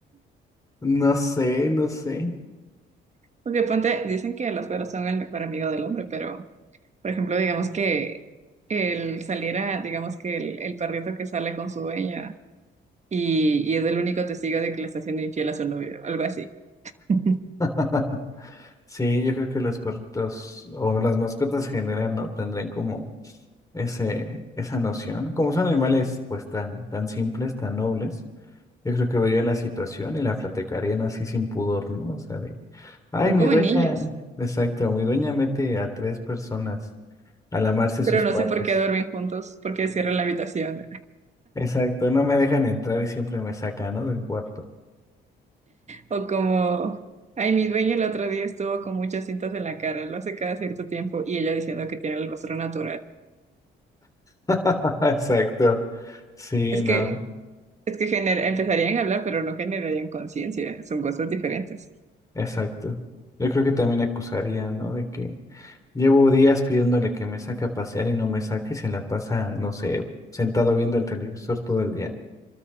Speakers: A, on the left; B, on the right.
A: No sé, no sé.
B: Porque ponte, dicen que los perros son el mejor amigo del hombre, pero, por ejemplo, digamos que él saliera, digamos que el, el perrito que sale con su dueña y, y es el único testigo de que le está haciendo infiel a su novio, algo así. <laughs>
A: <laughs> Sí, yo creo que los perritos o las mascotas en general, ¿no? Tendrían como ese, esa noción. Como son animales pues tan, tan simples, tan nobles. Yo creo que verían la situación y la platicarían así sin pudor, ¿no? O sea, de, ay,
B: Son
A: mi
B: como
A: dueña,
B: niños,
A: exacto, mi dueña mete a tres personas a lamarse sus
B: pero no
A: partes.
B: sé por qué duermen juntos, porque cierran la habitación.
A: Exacto, no me dejan entrar y siempre me sacan, ¿no? Del cuarto.
B: O como, ay, mi dueño el otro día estuvo con muchas cintas en la cara, lo hace cada cierto tiempo, y ella diciendo que tiene el rostro natural.
A: <laughs> Exacto, sí,
B: Es
A: no,
B: que, es que gener- empezarían a hablar, pero no generarían conciencia, son cosas diferentes.
A: exacto. Yo creo que también acusarían, ¿no? De que llevo días pidiéndole que me saque a pasear y no me saque y se la pasa, no sé, sentado viendo el televisor todo el día.